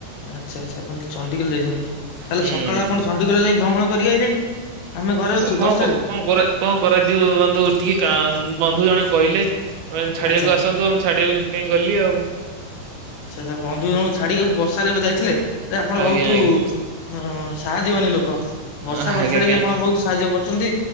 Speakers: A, on the left; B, on the right.
A: ଆଚ୍ଛା ଆଚ୍ଛା ଆପଣ ଚଣ୍ଡିଖୋଲ ଯାଇଛନ୍ତି ତାହେଲେ
B: ହୁଁ
A: ସକାଳୁ ଆପଣ ଚଣ୍ଡୀଖୋଲ ଯାଇ ଭ୍ରମଣ କରିକ ଆଇଲେଣି। ଆମେ ଘରେ ଅଛୁ
B: ଉଁ କଣ
A: ବର୍ଷାରେ
B: କ କଣ କର କଣ କରା ଯିବ ବନ୍ଧୁ ଟିକେ କା ବନ୍ଧୁ ଜଣେ କହିଲେ। ଆମେ ଛାଡିବାକୁ
A: ଆଚ୍ଛା।
B: ଆସନ୍ତୁ ଆ ଛାଡିବାକୁ ସେଥିପାଇଁ ଗଲି ଆଉ।
A: ଆଚ୍ଛା ଆଛା ବନ୍ଧୁ ଜଣୁ ଛାଡିବାକୁ ବର୍ଷାାରେ ଯାଇଥିଲେ ଆପଣ ବହୁତ
B: ଆଜ୍ଞା ଆଜ୍ଞା
A: ହଁ ସାହା ଯିବାନି ଲୋକ ବର୍ଷା
B: ଆଜ୍ଞା
A: ବର୍ଷାରେ
B: ଆଜ୍ଞା।
A: ବି ଆପଣ ବହୁତ ସାହାଯ୍ୟ କରୁଛନ୍ତି